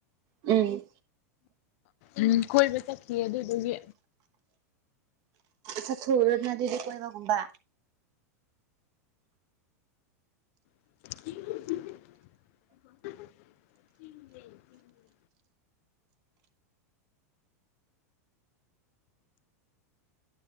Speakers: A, on the right; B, on the left.
A: ꯎꯝ
B: ꯎꯝ ꯀꯣꯏꯕ ꯆꯠꯈꯤ ꯑꯗꯨꯗꯨꯒꯤ
A: ꯆꯥꯊꯣꯛꯎꯔꯣꯅꯗꯨꯗꯤ ꯀꯣꯏꯕ ꯀꯨꯝꯕ
B: <inaudible>